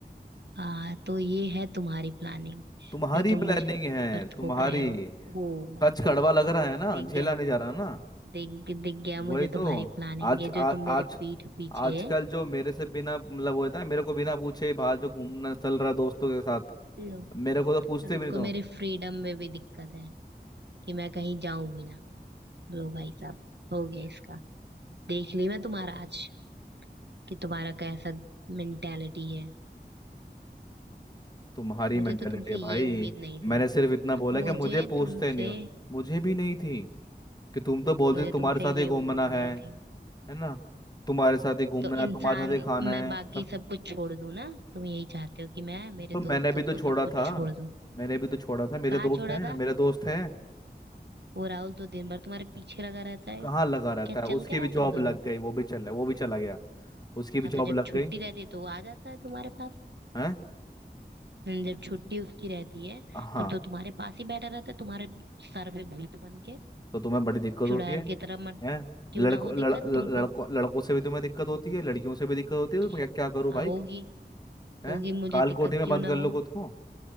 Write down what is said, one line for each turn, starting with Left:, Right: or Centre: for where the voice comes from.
Right: हाँ तो ये है तुम्हारी प्लानिंग
Left: तुम्हारी
Right: जो तुम
Left: प्लानिंग
Right: मुझ
Left: है
Right: पर
Left: तुम्हारी
Right: थोप रहे हो ओ भाई
Left: सच कड़वा लग रहा है ना
Right: दिख
Left: झेला
Right: गया
Left: नहीं जा रहा ना
Right: दिख दिख गया
Left: वही
Right: मुझे
Left: तो
Right: तुम्हारी प्लानिंग
Left: आज
Right: ये
Left: आ,
Right: जो
Left: आज
Right: तुम मेरे पीठ पीछे
Left: आजकल जो मेरे से बिना मतलब वो होता है मेरे को बिना पूछे ही बाहर जो घूमना चल रहा है दोस्तों के साथ
Right: लो
Left: मेरे को तो पूछते
Right: अब इसको
Left: भी नहीं तुम
Right: मेरे फ्रीडम में भी दिक्कत है कि मैं कहीं जाऊं भी ना लो भाई साहब हो गया इसका देख ली मैं तुम्हारा आज कि तुम्हारा कैसा मेंटेलिटी है
Left: तुम्हारी
Right: मुझे
Left: मेंटेलिटी
Right: तो तुमसे
Left: है
Right: ये
Left: भाई
Right: उम्मीद नहीं
Left: मैंने
Right: थी
Left: सिर्फ इतना बोला
Right: मुझे
Left: कि मुझे पूछते
Right: तुमसे
Left: नहीं हो मुझे भी नहीं थी कि तुम तो बोलते
Right: मुझे
Left: थे तुम्हारे
Right: तुमसे
Left: साथ
Right: ये
Left: ही घूमना
Right: उम्मीद
Left: है
Right: नहीं थी
Left: है ना तुम्हारे साथ ही घूमना
Right: तो
Left: है
Right: इंसान
Left: तुम्हारे साथ ही खाना
Right: मैं
Left: है
Right: बाकी
Left: सब कुछ।
Right: सब कुछ छोड़ दूं ना तुम यही चाहते हो कि मैं मेरे
Left: तो मैंने
Right: दोस्तों
Left: भी तो
Right: को
Left: छोड़ा
Right: सब कुछ
Left: था
Right: छोड़ दूं
Left: मैंने भी तो छोड़ा था मेरे
Right: कहाँ
Left: दोस्त
Right: छोड़ा
Left: हैं
Right: था
Left: मेरे दोस्त हैं
Right: वो राहुल तो दिन भर तुम्हारे पीछे लगा रहता है
Left: कहाँ लगा रहता
Right: क्या
Left: है उसकी
Right: चल क्या रहा
Left: भी
Right: है
Left: जॉब
Right: तुम दोनों
Left: लग
Right: का
Left: गई वो भी चला वो भी चला गया उसकी भी
Right: हाँ
Left: जॉब
Right: तो जब
Left: लग
Right: छुट्टी
Left: गई
Right: रहती है तो वो आ जाता है तुम्हारे पास
Left: है
Right: हम्म, जब छुट्टी उसकी रहती है
Left: हाँ
Right: तब तो तुम्हारे पास ही बैठा रहता है तुम्हारे सर पे भूत बन के
Left: तो तुम्हें बड़ी दिक्कत
Right: चुड़ैल
Left: होती है
Right: की तरह मत
Left: हैं
Right: क्यों
Left: लड़कों
Right: ना हो
Left: लड़,
Right: दिक्कत
Left: लड़-
Right: तुमको
Left: लड़कों लड़कों से भी तुम्हें दिक्कत होती है लड़कियों से भी दिक्कत होती है
Right: कि-
Left: तो क्या, क्या करूँ
Right: हाँ
Left: भाई
Right: होगी
Left: हैं
Right: होगी मुझे
Left: काल
Right: दिक्कत
Left: कोठे में
Right: क्यों
Left: बंद
Right: ना
Left: कर
Right: हो
Left: लो खुद को